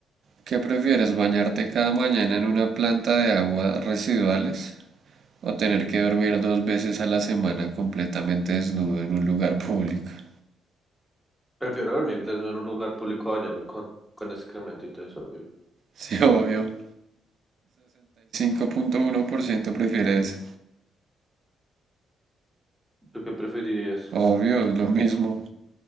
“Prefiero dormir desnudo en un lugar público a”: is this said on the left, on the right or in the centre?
Centre